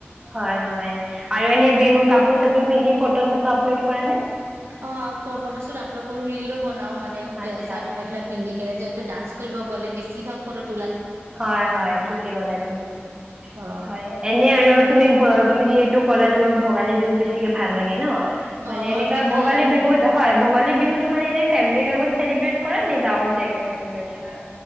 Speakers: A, on the right; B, on the right.
A: হয়, হয় আৰু এনে বিহুৰ কাপোৰ চাপোৰ পিন্ধি ফটো' চটো আপলোড কৰা নে?
B: অ' ফ্-ফটো শ্বুট আপলোড কৰো, ৰিলো বনাও মানে
A: আচ্ছা।
B: চাদৰ মেখেলা পিন্ধি। এনে জতটত ডান্স কৰিব গ'লে, বেছি ভাগ ফটোত
A: হয়, হয় ঠিকে কলে তুমি।
B: অ
A: হয় এনে আৰু। তুমি, তুমি যিহেতু ক'লা তোমাৰ ভগালী বিহু বেছিকে ভাল লাগে ন?
B: অ
A: মানে
B: আমাৰ
A: এনেকা
B: পিঠা
A: ভোগালী
B: লাৰু বনাই
A: বিহুত, হয় ভোগালী বিহুত। মানে এনে ফেমিলিৰ লগত চলিব্ৰেট কৰা নে? গাঁৱত যাই কিনে চেলিব্ৰেট কৰা?